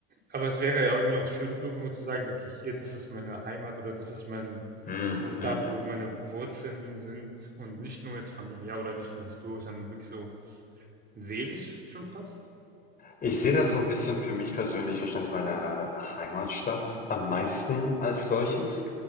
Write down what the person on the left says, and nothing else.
Hm,
hm,
hm.
Ich sehe das so ein bisschen für mich persönlich wahrscheinlich meine Heimatstadt am meisten
als solches,